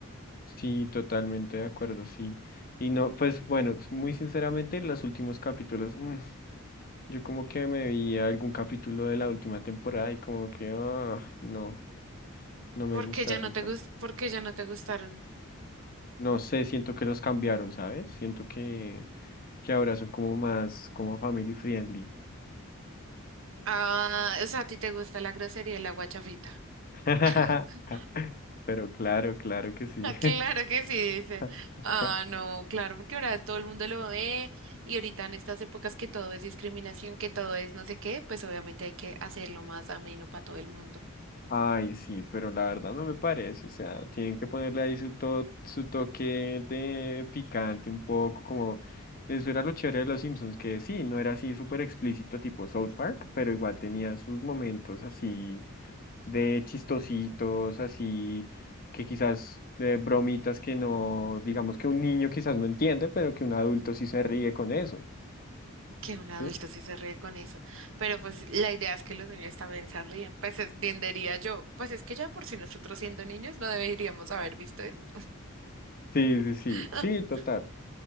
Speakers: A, on the left; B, on the right.
A: Sí, totalmente de acuerdo, sí. Y no, pues bueno, muy sinceramente, los últimos capítulos, mm, yo como que me vi algún capítulo de la última temporada y como que, ah, no, no me
B: Porque
A: gustaron
B: ya no te
A: tanto.
B: gust, porque ya no te gustaron.
A: No sé, siento que los cambiaron, ¿sabes? Siento que, que ahora son como más, como family friendly.
B: Ah, o sea, a ti te gusta la grosería y la guachafita.
A: <laughs>
B: <laughs>
A: Pero claro, claro que sí.
B: Ah, Claro que sí, dice.
A: <laughs>
B: Ah, no, claro, porque ahora todo el mundo lo ve y ahorita en estas épocas que todo es discriminación, que todo es no sé qué, pues obviamente hay que hacerlo más ameno para todo el mundo.
A: Ay, sí, pero la verdad no me parece, o sea, tienen que ponerle ahí su, to- su toque de picante un poco, como eso era lo chévere de los Simpsons, que sí, no era así súper explícito tipo South Park, pero igual tenía sus momentos así de chistositos, así que quizás de bromitas que no, digamos que un niño quizás no entiende, pero que un adulto sí se ríe con eso,
B: Que un
A: ¿sí?
B: adulto sí se ríe con eso. Pero pues la idea es que los niños también se ríen. Pues entendería yo. Pues es que ya por si nosotros siendo niños no deberíamos haber visto eso.
A: Sí, sí, sí,
B: <laughs>
A: sí, total.